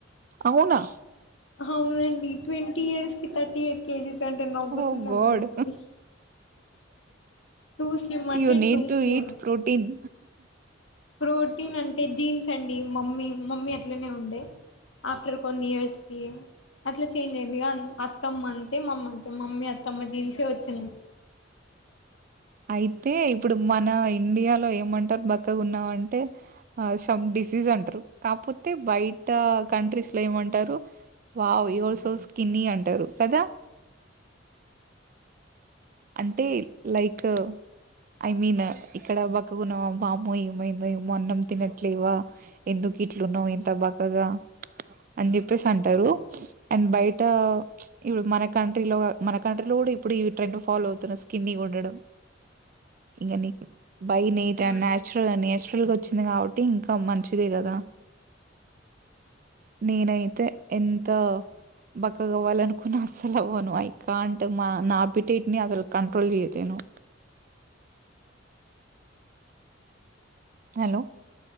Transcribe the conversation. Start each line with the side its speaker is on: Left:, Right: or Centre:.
Right: అవునా
Left: అవునండి ట్వంటీ ఇయర్స్ కి థర్టీ ఎయిట్ కేజీస్ అంటే నవ్వుతున్నరూ
Right: ఓహ్! గాడ్.
Left: జనాలు టూ స్లిమ్ అంటే
Right: యూ need
Left: two
Right: to
Left: slim
Right: eat protein
Left: protein అంటే జీన్స్ అండి మమ్మీ మమ్మీ అట్లనే ఉండే ఆఫ్టర్ కొన్ని ఇయర్స్కి అట్లా చేంజ్ అయింది ఇగ అత్తమ్మ అంతే మమ్మ అంతే మమ్మీ అత్తమ్మ జీన్సే ఒచ్చింది
Right: అయితే ఇప్పుడు మనా ఇండియాలో ఏమంటారు బక్కగుంన్నావ్ అంటే సమ్ డిసీజ్ అంటారు కా పోతే బైట కంట్రీస్ లో ఏమంటారు వావ్ యోర్ సో స్కిన్నీ అంటారు కదా అంటే లైక్ ఐ మీన్ ఇక్కడ బక్కగున్నవ వామో ఏమైందో ఏమో అన్నం తినట్లేవా ఎందుక్ కిట్లున్నావ్ ఇంత బక్కగా అని జెప్పేసి అంటారు అండ్ బయటా ఇప్పుడ్ మన కంట్రీ లో మన కంట్రీలో గూడా ఇప్పుడు ఈ ట్రెండ్ ఫాలో అవుతున్న స్కిన్ని ఉండడం ఇంగ నీక్ బై నేట్
Left: ఆ
Right: నాచురల్ నేచురల్గా ఓచ్చింది కాబట్టి ఇంకా మంచిదే కదా నేనైతే ఎంత బక్కగవ్వాలనుకున్నా అసలు అవ్వను ఐ కాంట్ మా నా అప్పిటేట్నీ అసల్ కంట్రోల్ జేయలేను హలో